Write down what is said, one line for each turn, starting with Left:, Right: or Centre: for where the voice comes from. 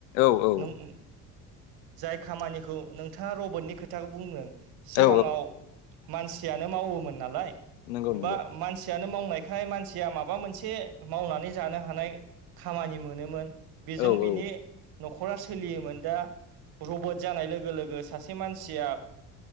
Left: औ औ
Right: नोंं ओ जाय खामानिखौ नोंथाङा रबटनि खोथाखौ बुंदों सिगाङाव
Left: औ
Right: मानसियानो मावोमोन नालाय
Left: नंगौ नंगौ
Right: बा मानसियानो मावनाय निफ्राय मानसिया माबा मोनसे मावनानै जानो हानाय खामानि मोनोमोन। बेजों
Left: औ औ
Right: बिनि न'खरा सोलियोमोन दा रबट जानाय लोगो लोगो सासे मानसिया